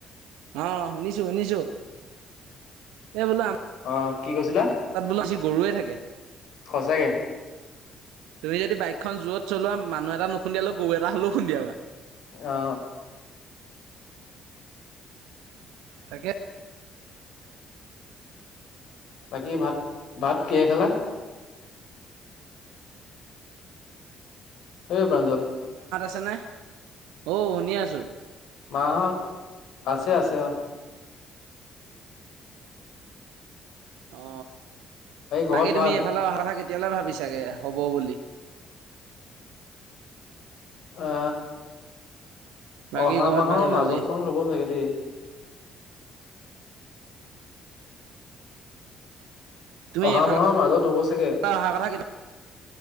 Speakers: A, on the right (about 65°); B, on the left (about 60°).
A: অ শুনিছো শুনিছো এই বোলো আমাৰ
B: অ কি কৈছিলা।
A: তাত বোলো বেছি গৰুৱে থাকে।
B: সঁচাকে।
A: তুমি যদি বাইকখন যোৱত চলোৱা মানুহ এটা নুখুন্দিয়ালে গৰু এটা হ'লেও খুন্দিয়াবা।
B: অ অ
A: তাকে
B: বাকী ভাত ভাত কিহে খালা। অই পাঞ্জল
A: ছানে অ শুনি আছো।
B: মাহত আছে আছে অ।
A: অ বাকী
B: ঘৰত
A: তুমি
B: ভাল
A: এইফালে অহা কথা কেতি। তিয়ালৈ ভাবি চাগে হ'ব বুলি।
B: আ
A: বাকী
B: অহা
A: ঘৰত
B: মাহৰ
A: ভালে
B: মাজত
A: ভালেই
B: মানত হ'ব চাগে দেই।
A: তুমি
B: অহা
A: এইফালে
B: মাহৰ মাজত হ'ব চাগে
A: অহা কথা কেতিয়া